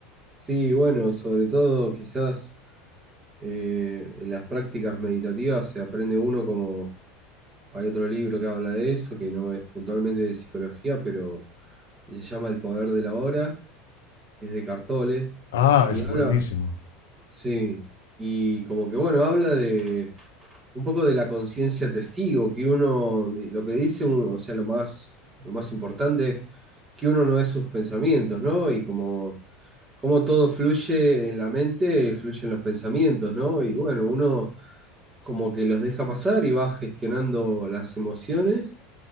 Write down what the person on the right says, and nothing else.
Sí, bueno, sobre todo quizás eh, en las prácticas meditativas se aprende uno como hay otro libro que habla de eso, que no es puntualmente de psicología, pero se llama El poder de la hora, es de Cartole,
y
habla,
sí, y como que bueno, habla de un poco de la conciencia testigo, que uno, de- lo que dice uno, o sea, lo más, lo más importante es que uno no es sus pensamientos, ¿no? Y como, como todo fluye en la mente, fluyen los pensamientos, ¿no? Y bueno, uno como que los deja pasar y va gestionando las emociones,